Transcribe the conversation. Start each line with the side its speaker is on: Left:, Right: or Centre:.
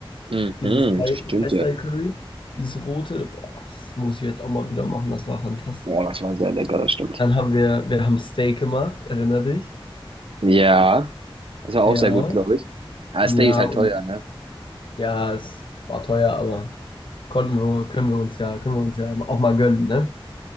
Right: Mhm,
Left: dieses Thai-
Right: stimmt
Left: Thai-Style-Curry,
Right: ja.
Left: dieses rote. Boah, das muss ich jetzt auch mal wieder machen, das war fantastisch.
Right: Oh, das war sehr lecker, das stimmt.
Left: Dann haben wir, wir haben Steak gemacht, erinner dich?
Right: Ja, das war
Left: Ja,
Right: auch sehr gut, glaube ich. Ah,
Left: ja,
Right: Steak ist halt
Left: und
Right: teuer, ne?
Left: ja, es war teuer, aber. konnten wir, können wir uns ja, können wir uns ja auch mal gönnen, ne?